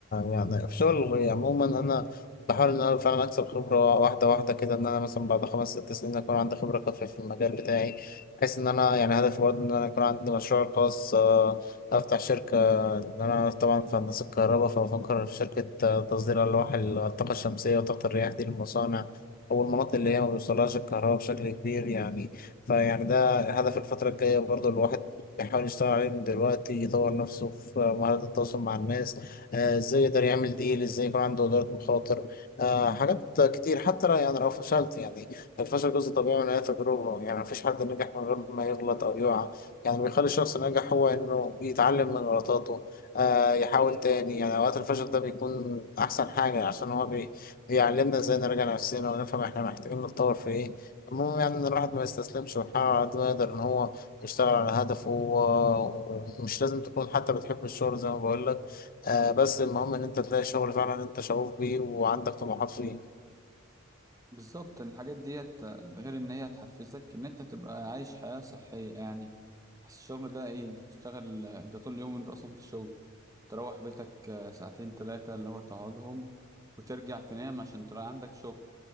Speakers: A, on the left (about 45°); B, on the right (about 15°).
A: يعني في شغل عموما أنا بحاول إن أنا فعلا أكسب خبرة واحدة واحدة كده إن أنا مثلا بعد خمس ست سنين أكون عندي خبرة كافية في المجال بتاعي بحيث إن أنا يعني هدفي برضه إن أنا يكون عندي مشروع خاص آه، أفتح شركة إن أنا طبعا في هندسة الكهرباء فبفكر في شركة آه، تصدير ألواح الطاقة الشمسية وطاقة الرياح دي للمصانع أو المناطق اللي هي ما بيوصلهاش الكهرباء بشكل كبير يعني فيعني ده هدف الفترة الجاية برضو الواحد بيحاول يشتغل عليه من دلوقتي يطور نفسه في مهارات التواصل مع الناس آه، ازاي يقدر يعمل ديل ازاي يكون عنده إدارة مخاطر آه، حاجات كتير حتى لو- يعني لو فشلت يعني الفشل جزء طبيعي من أي تجربة يعني مفيش حد نجح من غير ما يغلط أو يقع يعني اللي بيخلي الشخص ناجح هو إنه يتعلم من غلطاته آه، يحاول تاني يعني أوقات الفشل ده بيكون أحسن حاجة عشان هو بي- بيعلمنا ازاي نراجع نفسنا ونفهم احنا محتاجين نتطور في ايه المهم يعني إن الواحد ما يستسلمش ويحاول على قد ما يقدر إن هو يشتغل على هدفه و- ومش لازم تكون حتى بتحب الشغل زي ما بقول لك آه بس المهم ان انت تلاقي شغل فعلا انت شغوف بيه وعندك طموحات فيه
B: بالظبط الحاجات ديت غير ان هي تحفزك ان انت تبقى عايش حياة صحية يعني بس الشغل ده ايه انت بتشتغل انت طول اليوم انت اصلا في الشغل تروح بيتك آه، ساعتين ثلاثة اللي هو تقعدهم وترجع تنام عشان ترى عندك شغل